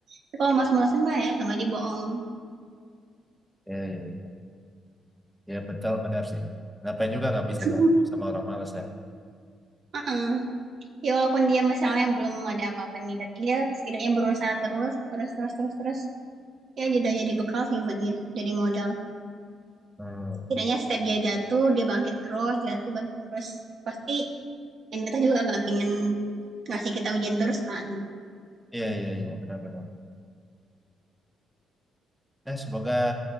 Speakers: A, on the right (about 60°); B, in the centre.
A: Tapi kalau malas-malasan mah ya sama aja bohong.
B: Iya, iya, iya. Ya betul benar sih. Ngapain juga ngabisin
A: <laughs>
B: waktu sama orang malas ya.
A: Heeh. Ya walaupun dia misalnya belum ada apa-apa nih, tapi dia setidaknya berusaha terus, terus, terus, terus, terus. Ya jadi jadi bekal sih buat dia, jadi modal.
B: Hmm.
A: Tidaknya setiap dia jatuh, dia bangkit terus, jatuh, bangkit terus. Pasti yang kita juga nggak pengen ngasih kita ujian terus kan.
B: Iya iya iya benar benar. Eh semoga